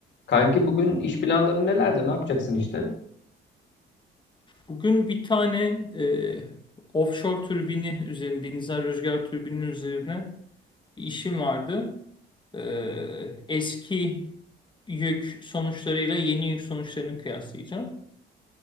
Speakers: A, on the left (about 65°); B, on the left (about 25°).
A: Kanki bugün iş planları nelerde? Ne yapacaksın işte?
B: Bugün bir tane e, offshore türbini üzerine, denizden rüzgar türbinin üzerine bir işim vardı. E, eski yük sonuçlarıyla yeni yük sonuçlarını kıyaslayacağım.